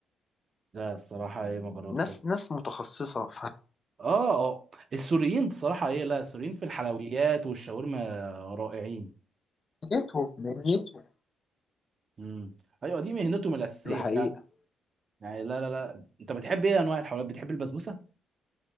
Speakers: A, on the right; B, on the left.
A: لا الصراحه ايه ما جربتوش
B: ناس ناس متخصصه ف
A: اه اه السوريين بصراحة ايه لا السوريين في الحلويات والشاورما رائعين
B: مهنتهم مهنتهم
A: امم ايوه دي مهنتهم الأساسية
B: ده حقيقه
A: فعلا يعني لا لا لا انت بتحب ايه انواع الحلويات بتحب البسبوسة